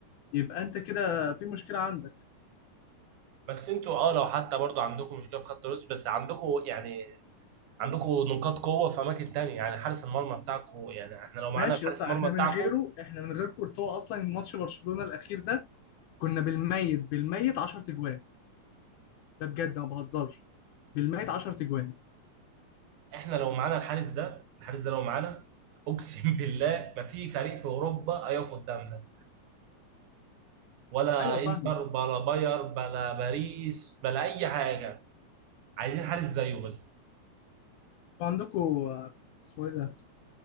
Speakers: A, on the left; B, on the right.
A: يبقى أنت كده في مشكلة عندك
B: بس انتوا اه لو حتى برضو عندكم مشكله في خط الوسط بس عندكم يعني عندكم نقاط قوه في اماكن تانية يعني حارس المرمى بتاعكم يعني احنا لو معانا
A: ماشي
B: الحارس
A: يا اسطى
B: المرمى
A: إحنا
B: بتاعكم
A: من غيره إحنا من غير كورتوا أصلا ماتش برشلونة الأخير ده كنا بالميت بالميت 10 تجوان ده بجد ما بهزرش بالميت 10 تجوان
B: احنا لو معانا الحارس ده الحارس ده لو معانا اقسم <laughs> بالله ما في فريق في اوروبا هيقف قدامنا ولا
A: أيوه فاهمك
B: انتر بلا باير بلا باريس بلا اي حاجه عايزين حارس زيه بس
A: وعندكوا آه، اسمه إيه ده؟